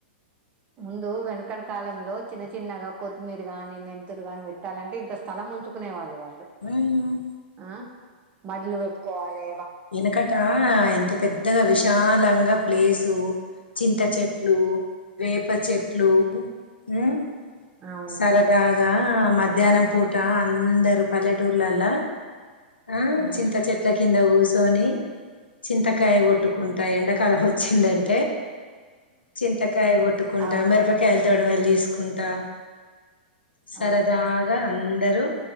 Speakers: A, on the right; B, on the left.
A: ముందు వెనకడ కాలంలో చిన్న చిన్నగా కొత్తిమీర గాని మెంతులు గాని పెట్టాలంటే ఇంత స్థలం ఉంచుకునే వాళ్ళు వాారుు
B: ఉమ్
A: ఆ అలు పెప్పుకోవాలి
B: వెనకట ఇంత పెద్దగా విశాలంగా ప్లేసు చింత చేేట్ లు వేప చెట్టు లు
A: అవును
B: సరదాగా ఆ మధ్యాహ్నం పూట అందరుూ పల్లెటూర్లలా ఆ
A: అవును
B: చింత చెట్ల కింద సోని చింతకాయ కొట్టుకుంటా ఎండాకాలం వచ్చిందంటే చింతకాయ కొట్టుకుంటా
A: అవును
B: మిరపకాయలు తోడ వెళ తీసుకుంటా సరదగా
A: అవును
B: అందరుూ